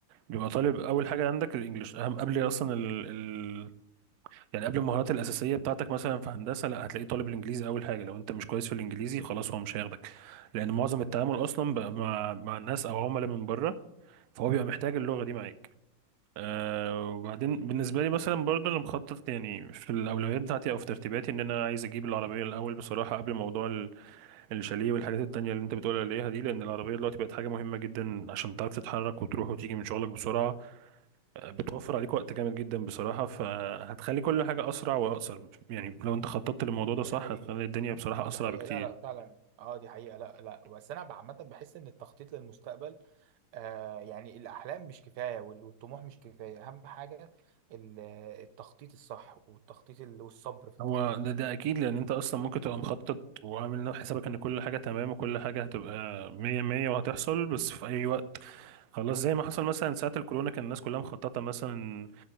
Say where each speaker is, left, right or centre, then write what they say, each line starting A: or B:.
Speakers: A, on the right; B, on the right.
A: بيبقى طالب اول حاجه عندك الانجليش اهم قبل اصلا ال... ال... يعني قبل المهارات الاساسيه بتاعتك مثلا في هندسه لا هتلاقيه طالب الانجليزي اول حاجه لو انت مش كويس في الانجليزي خلاص هو مش هياخدك لان معظم التعامل اصلا بقى مع مع الناس او عملاء من بره فهو بيبقى محتاج اللغه دي معاك أه وبعدين بالنسبه لي مثلا برضه انا مخطط يعني في الاولويات بتاعتي او في ترتيباتي ان انا عايز اجيب العربيه الاول بصراحه قبل موضوع ال- الشاليه والحاجات التانيه اللي انت بتقول عليها دي لان العربيه دلوقتي بقت حاجه مهمه جدا عشان تعرف تتحرك وتروح وتيجي من شغلك بسرعه بتوفر عليك وقت جامد جدا بصراحة فهتخلي كل حاجة أسرع وأقصر يعني لو أنت خططت للموضوع ده صح
B: دي حقيقة
A: هتخلي الدنيا بصراحة
B: دي
A: أسرع
B: حقيقة
A: بكتير
B: لا لا فعلا اه دي حقيقة لا لا بس انا عامة بحس ان التخطيط للمستقبل آه يعني الاحلام مش كفاية وال- والطموح مش كفاية اهم حاجة ال- التخطيط الصح والتخطيط ال- والصبر في التخطيط
A: هو ده, ده أكيد لأن أنت أصلا ممكن تبقى مخطط وعامل حسابك إن كل حاجة تمام وكل حاجة هتبقى مية مية وهتحصل بس في أي وقت خلاص زي ما حصل مثلا ساعة الكورونا كان الناس كلها مخططة مثلا